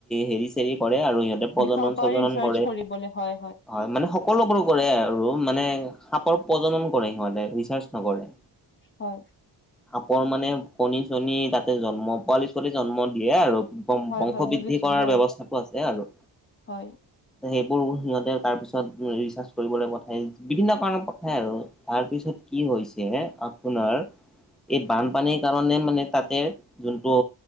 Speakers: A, in the centre; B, on the left (about 25°).
A: হেৰি চেৰি কৰে আৰু সিহঁত প্ৰজনন
B: দিশৰ পৰা
A: সজনন
B: ৰিচাৰ্চ
A: কৰে,
B: কৰিবলে হয়
A: হয় মানে সক সকলোবোৰ কৰে আৰু মানে সাপৰ প্ৰজনন কৰে সিহঁতে ৰিচাৰ্চ নকৰে।
B: হয়।
A: সাপৰ মানে কণী চণী তাতে জন্ম পোৱালি ছোৱালী জন্ম দিয়ে আৰু।
B: হয়
A: বংশ
B: হয় বুজিছো
A: বৃদ্ধি কৰাৰ
B: হয়
A: ব্যৱস্থাতটো আছে আৰু।
B: হয়
A: সেইবোৰ সিহঁতে তাৰ পিছত ৰিচাৰ্চ কৰিবলৈ পঠায় বিভিন্ন কাৰণত পঠায় আৰু। তাৰপিছত কি হৈছে আপোনাৰ এই বানপানীৰ কাৰণে মানে তাতে যোনটো